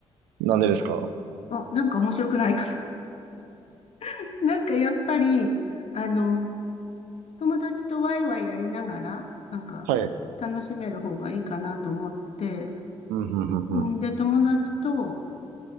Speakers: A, on the right (about 75°); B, on the left (about 50°).
A: なんでですか
B: えあ、なんか面白くないから。<laughs> なんかやっぱり、あの、友達とワイワイやりながら、なんか楽しめる方がいいかなと思って、
A: はい。うん、うん、うん、
B: んで、友達と、